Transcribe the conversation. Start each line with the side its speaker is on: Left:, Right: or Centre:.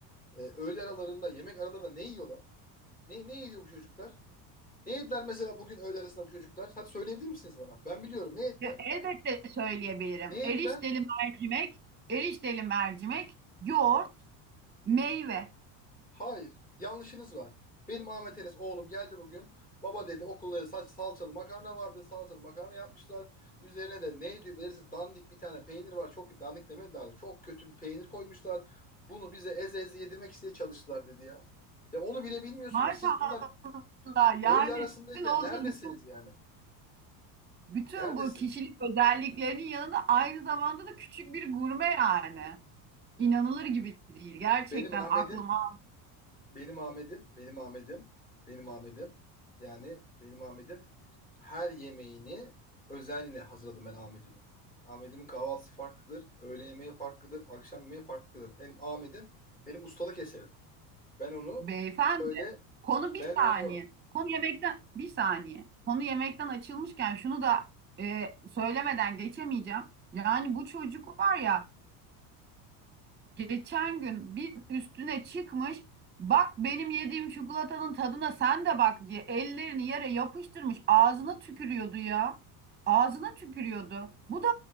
Left: e, öğle aralarında yemek aralarında ne yiyorlar? Ne, ne yiyor bu çocuklar? Ne yediler mesela bugün öğle arasında bu çocuklar? Hadi söyleyebilir misiniz bana? Ben biliyorum ne yediler?
Right: E, Elbette söyleyebilirim.
Left: Ne yediler?
Right: Erişteli mercimek, erişteli mercimek, yoğurt, meyve.
Left: Hayır. Yanlışınız var. Benim Ahmet Enes oğlum geldi bugün. Baba dedi okulları saç, salçalı makarna vardı. Salçalı makarna yapmışlar. Üzerine de ne diyor bilirsiniz dandik bir tane peynir var. Çok dandik demedi daha. Çok kötü bir peynir koymuşlar. Bunu bize eze eze yedirmek isteye çalıştılar dedi ya. Ya onu bile bilmiyorsunuz.
Right: Maşallah
Left: Siz bunlar
Right: yani
Left: öğle arasındayken
Right: sizin oğlunuz
Left: neredesiniz
Right: bütün
Left: yani?
Right: bütün
Left: Neredesiniz?
Right: bu kişilik özelliklerinin yanında aynı zamanda da küçük bir gurme yani. İnanılır gibi değil. Gerçekten
Left: Benim Ahmet'im
Right: aklıma
Left: Benim Ahmet'im, benim Ahmet'im, benim Ahmet'im. Yani benim Ahmet'im. Her yemeğini özenle hazırladım ben Ahmet'imin. Ahmet'imin kahvaltısı farklıdır, öğle yemeği farklıdır, akşam yemeği farklıdır. Benim Ahmet'im benim ustalık eserim. Ben onu
Right: Beyefendi,
Left: öyle
Right: konu bir
Left: ben onu
Right: saniye. Konu yemekten bir saniye. Konu yemekten açılmışken şunu da e, söylemeden geçemeyeceğim. Yani bu çocuk var ya geçen gün bir üstüne çıkmış. Bak benim yediğim çikolatanın tadına sen de bak diye ellerini yere yapıştırmış. Ağzına tükürüyordu ya. Ağzına tükürüyordu. Bu da